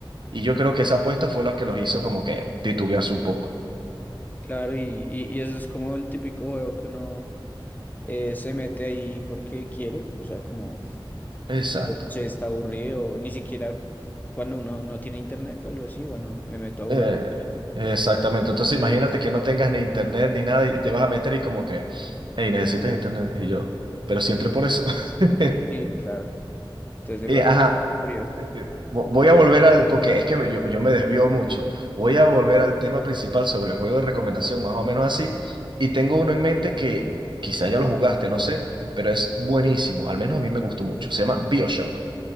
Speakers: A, on the right (about 60°); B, on the left (about 20°).
A: Y yo creo que esa apuesta fue la que los hizo como que titubearse un poco.
B: Claro, y, y, y eso es como el típico juego que uno eh, se mete ahí porque quiere, o sea, como
A: Exacto.
B: se está aburrido, o ni siquiera cuando uno no tiene internet o algo así, bueno, me meto a jugar.
A: Eh,
B: ¿viste?
A: exactamente. Entonces imagínate que no tengas ni internet ni nada y te vas a meter y como que, hey, necesitas internet. Y yo, pero si entré por eso. <laughs>
B: Sí, claro. Entonces de
A: Y,
B: pronto
A: ajá,
B: murió.
A: eh, eh, vo- voy a volver al, porque es que me- yo, yo me desvío mucho. Voy a volver al tema principal sobre el juego de recomendación, más o menos así. Y tengo uno en mente que quizá ya lo jugaste, no sé, pero es buenísimo. Al menos a mí me gustó mucho. Se llama BioShock.